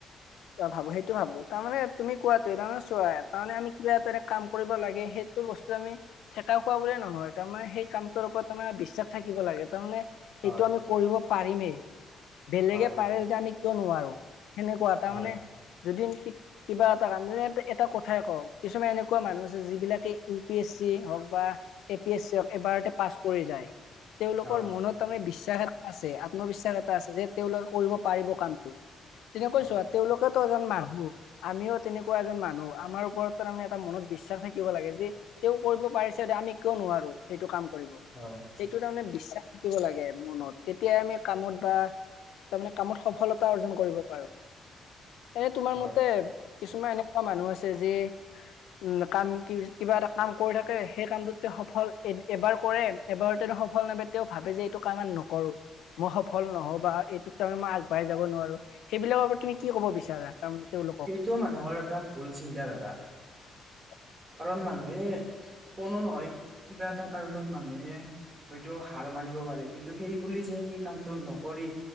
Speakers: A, on the left; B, on the right.
A: ভাবো সেইটো ভাবো তাৰমানে তুমি কোৱাতে ৰমেশোৱা তাৰমানে আমি যে তেনে কাম কৰিব লাগে সেইটো বস্তু আমি ঠেকা খোৱা বুলিয়ে নহয় তাৰমানে সেই কামটোৰ ওপৰত আমাৰ বিশ্বাস থাকিব লাগে তাৰমানে সেটো
B: হয়
A: আমি কৰিব পাৰিমেই বেলেগে
B: হয় হয়
A: পাৰে যেতিয়া আমি কিয় নোৱাৰো। সেনেকুৱা তাৰমানে
B: হয়
A: যদি কিবা এটা এটা কথাই কওক কিছুমান এনেকুৱা মানুহ আছে যিবিলাকে ইউ পি এছ চি হওক বা এ পি এছ চিক এবাৰতে পাছ কৰি যায়। তেওঁলোকৰ
B: হয়
A: মনত তাৰমানে বিশ্বাস এটা আছে আত্মবিশ্বাস এটা আছে যে তেওঁলোকে কৰিব পাৰিব কামটো। তেনে কৈছোঁ
B: হয়
A: তেওঁলোকেতো এজন মানুহ আমিও তেনেকুৱা এজন মানুহ আমাৰ ওপৰত তাৰমানে এটা মনত বিশ্বাস থাকিব লাগে যে তেওঁ কৰিব পাৰিছে আমি কিয় নোৱাৰো সেইটো কাম কৰিব
B: হয়
A: সেইটো তাৰমানে বিশ্বাস থাকিব লাগে মনত তেতিয়া আমি কামত বা তাৰমানে কামত সফলতা অৰ্জন কৰিব পাৰো এনে তোমাৰ মতে
B: হয়
A: কিছুমান এনেকুৱা মানুহ আছে যে উম কাম কিবা এটা কাম কৰি থাকে সেই কামটোতে সফল এবাৰ কৰে এবাৰতে সফল নাপায় তেওঁ ভাবে যে এইটো কাম নকৰো। মই সফল নহ বা এইটোত তাৰে মই আগবঢ়াই যাব নোৱাৰো সেইবিলাকৰ তুমি কি ক'ব বিচাৰা তাৰমানে তেওঁলোকক
B: সেইটো মানুহৰ এটা ভুল চিন্তা ধাৰা।
A: <unintelligible>
B: কাৰণ মানুহে কোনো নহয় কিবা এটা কাৰণত মানুহে হয়তো হাৰ মানিব পাৰে কিন্তু সেই বুলি যে সেই কামটো নকৰি